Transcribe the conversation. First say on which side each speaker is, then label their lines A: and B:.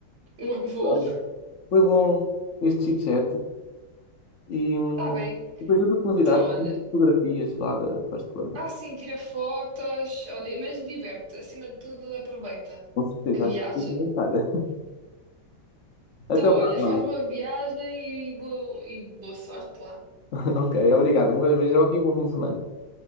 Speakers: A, on the right; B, on the left.
A: O avô.
B: Olha, foi bom este chit-chat e hum,
A: Tá bem.
B: depois eu dou-te novidades,
A: Então, olha.
B: fotografias lá da Barcelona.
A: Ah, sim, tira fotos. Olha, mas diverte-te. Acima de tudo, aproveita
B: Com certeza,
A: a
B: vai
A: viagem.
B: aproveitar. <laughs> Então
A: Então, olha,
B: vá, olha.
A: faz boa viagem e boa, e boa sorte lá.
B: <laughs> Ok, obrigado. Um beijo e um bom fim de semana.